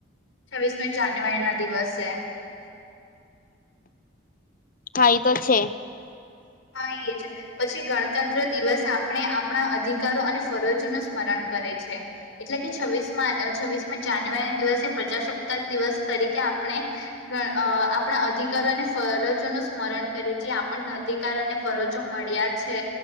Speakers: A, on the left; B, on the left.
A: છવ્વીસમી જાન્યુઆરી ના દિવસે
B: હા ઈ તો છે.
A: હા એ જ પછી ગણતંત્ર દિવસ આપણે આપણા અધિકારો અને ફરજોનું સ્મરણ કરે છે એટલે કે છવ્વીસમા છવ્વીસમી જાન્યુઆરી ના દિવસે પ્રજાસત્તાક દિવસ તરીકે આપણે અ આપણા અધિકારો અને ફરજોનું સ્મરણ કરીએ છેએ જે આપણ કાર અને ફરજો મળ્યા છે.